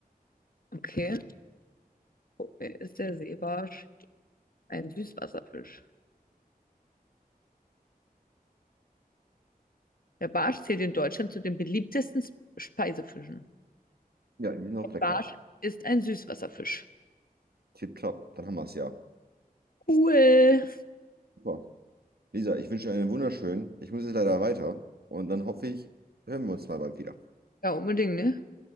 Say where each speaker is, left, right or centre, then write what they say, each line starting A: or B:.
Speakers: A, on the left (about 65°); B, on the right (about 80°).
A: Okay. Okay, Ist der Seebarsch ein Süßwasserfisch? Der Barsch zählt in Deutschland zu den beliebtesten Sp- Speisefischen.
B: Ja, die sind auch lecker.
A: Barsch ist ein Süßwasserfisch.
B: Tipptopp, dann haben wir es ja.
A: Cool.
B: Super. Lisa, ich wünsche dir einen wunderschönen. Ich muss jetzt leider weiter und dann hoffe ich, hören wir uns mal bald wieder.
A: Ja, unbedingt, ne?